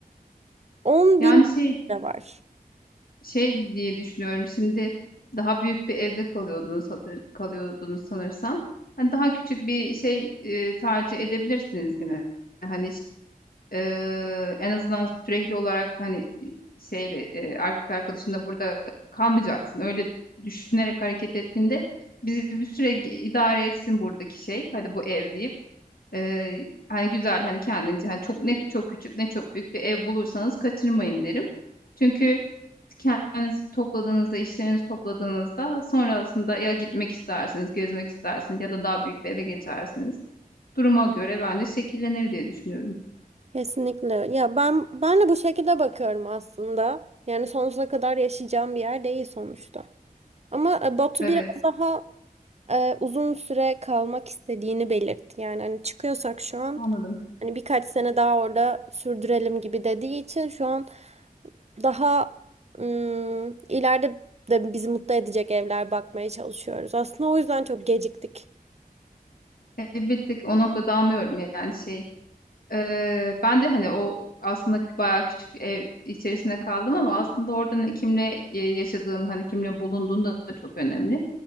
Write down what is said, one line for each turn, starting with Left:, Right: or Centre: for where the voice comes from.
Right: 10
Left: Yani
Right: bin
Left: şey
Right: lira var.
Left: şey diye düşünüyorum. Şimdi daha büyük bir evde kalıyordunuz hatır, kalıyordunuz sanırsam. Hani daha küçük bir şey e, tercih edebilirsiniz yine. Hani Eee, en azından sürekli olarak hani şeyle e, arka arkadaşında burada kalmayacaksın. Öyle düşünerek hareket ettiğinde bizi bir süre idare etsin buradaki şey. Hadi bu ev deyip eee, hani güzel hani kendince hani çok ne çok küçük ne çok büyük bir ev bulursanız kaçırmayın derim. Çünkü kendinizi topladığınızda, işlerinizi topladığınızda sonrasında ya gitmek istersiniz, gezmek istersiniz ya da daha büyük bir eve geçersiniz. Duruma göre bence şekillenir diye düşünüyorum.
Right: Kesinlikle. Ya ben ben de bu şekilde bakıyorum aslında. Yani sonsuza kadar yaşayacağım bir yer değil sonuçta. Ama e, Batu
Left: Evet.
Right: biraz daha e, uzun süre kalmak istediğini belirtti. Yani hani çıkıyorsak şu an
Left: Anladım.
Right: hani birkaç sene daha orada sürdürelim gibi dediği için şu an daha ım, ileride de bizi mutlu edecek evler bakmaya çalışıyoruz. Aslında o yüzden çok geciktik.
Left: E, Bir tık o noktada anlıyorum yani şey. E, ben de hani o aslında bayağı küçük ev içerisinde kaldım ama aslında orada ne- kimle e, yaşadığın hani kimle bulunduğun da çok önemli.